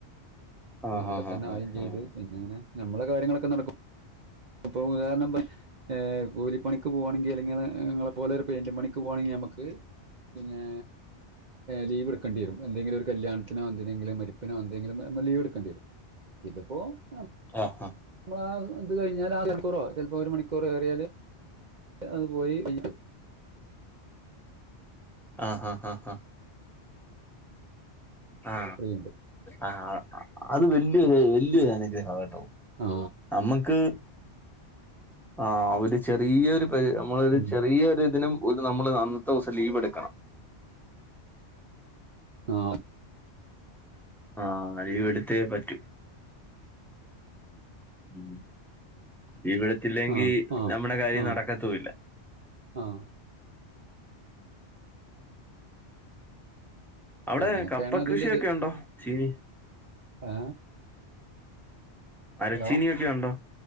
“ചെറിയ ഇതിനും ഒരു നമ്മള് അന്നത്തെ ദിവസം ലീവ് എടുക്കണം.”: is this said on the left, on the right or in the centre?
Centre